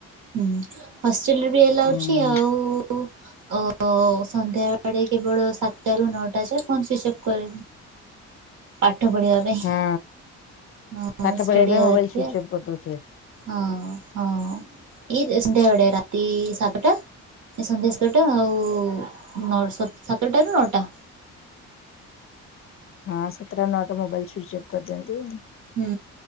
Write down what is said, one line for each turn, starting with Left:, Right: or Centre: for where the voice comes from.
Right: ହୁଁ ହଷ୍ଟେଲରେ ବି ଏଲାଉ
Left: ହୁଁ
Right: ଅଛି ଆଉ ଅ ସନ୍ଧ୍ୟାବେଳେ କେବଳ ସାତଟାରୁ ନଅଟା ଯାଏ ଫୋନ୍ ସୁଇଚ୍ ଅଫ୍ କରି ପାଠ ପଢିବା ପାଇଁ
Left: ହଁ।
Right: ହଁ
Left: ପାଠ
Right: ଷ୍ଟଡି
Left: ପଢ଼ିବା ପାଇଁ
Right: ଆୱାରରେ
Left: ମୋବାଇଲ ସୁଇଚ ଅଫ କରିଦଉଥିବେ।
Right: ହଁ ହଁ ଏ ସନ୍ଧ୍ୟାବେଳେ ରାତି ସାତଟା ସନ୍ଧ୍ୟା ସାତଟା ଆଉ ନ ସ ସାତଟାରୁ ନଅଟା।
Left: ହଁ ସାତଟା ନଅଟା ମୋବାଇଲ ସୁଇଚ୍ ଅପ୍ କରିଦିଅନ୍ତି।
Right: ହୁଁ